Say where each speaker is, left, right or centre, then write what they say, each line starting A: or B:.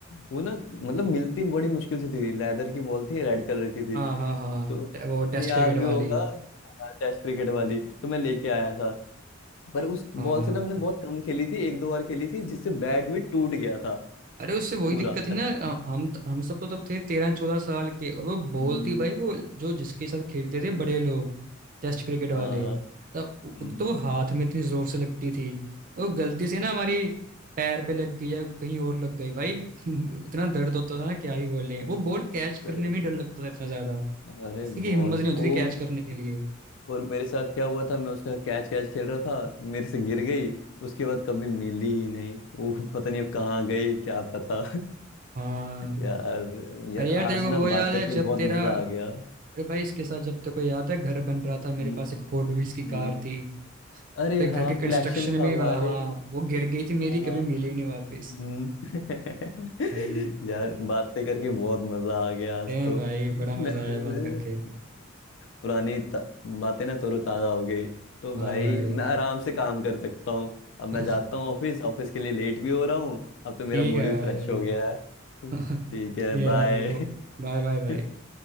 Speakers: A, on the left (about 65°); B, on the right (about 45°).
A: वो ना मतलब मिलती बड़ी मुश्किल से थी लेदर की बॉल थी रेड कलर की थी
B: हाँ हाँ हाँ,
A: तो
B: वो टेस्ट
A: मैं याद
B: क्रिकेट
A: भी
B: वाली
A: होगा हाँ टेस्ट क्रिकेट वाली तो मैं लेके आया था पर उस
B: हाँ
A: बॉल से ना हमने बहुत कम खेली थी एक दो बार खेली थी जिससे बैट भी टूट गया था
B: अरे उससे वही
A: पूरा
B: दिक्कत है
A: अच्छा।
B: ना अ, हम हम सब तो तब थे तेरह चौदह साल के और वो
A: हम्म,
B: बोलती भाई वो जो जिसके साथ खेलते
A: <laughs>
B: थे बड़े लोग टेस्ट क्रिकेट वाले
A: हाँ
B: तब उ-
A: हम्म।
B: तो वो हाथ में इतनी जोर से लगती थी वो गलती से ना हमारी पैर पे लग गई या कहीं और लग गई भाई <laughs> इतना दर्द होता था ना क्या ही बोले वो बॉल कैच
A: सही।
B: करने में ही डर लगता था इतना ज्यादा
A: अरे
B: किसी की
A: बहुत
B: हिम्मत नहीं होती
A: वो
B: थी कैच करने के लिए
A: और मेरे साथ क्या हुआ था मैं उसका कैच कैच खेल रहा था मेरे से गिर गई उसके बाद कभी मिली ही नहीं वो पता नहीं अब कहाँ गई क्या पता
B: हाँ
A: यार यार
B: अरे यार
A: आज
B: तेरे को
A: ना
B: वो याद
A: बात
B: है
A: करके
B: जब
A: बहुत
B: तेरा
A: मजा आ गया
B: अरे भाई इसके साथ जब तक को याद है घर बन रहा था मेरे
A: हम्म
B: पास एक हॉट व्हील्स की
A: हम्म।
B: कार थी
A: अरे
B: तो घर
A: हाँ
B: के कंस्ट्रक्शन
A: कलेक्शन था
B: में ही वहाँ
A: भाई
B: हाँ, वो गिर गई थी मेरी
A: हाँ
B: कभी
A: हाँ,
B: मिली नहीं वापस
A: हम्म। <laughs>
B: भाई
A: यार बातें करके बहुत मजा आ गया आज
B: डैम
A: तो
B: भाई बड़ा मजा
A: मेमोरीज
B: आया बात करके
A: पुरानी ता- बातें ना तरोताजा हो गई तो
B: हाँ
A: भाई
B: भाई
A: मैं आराम से काम कर सकता हूँ अब मैं
B: <laughs>
A: जाता हूँ ऑफिस ऑफिस के लिए लेट भी हो रहा हूँ अब तो मेरा
B: ठीक
A: मूड
B: है
A: भी
B: भाई
A: फ्रेश हो गया है ठीक
B: <laughs>
A: है
B: मेरा
A: बाय
B: भी हो बाय बाय भाई
A: <laughs>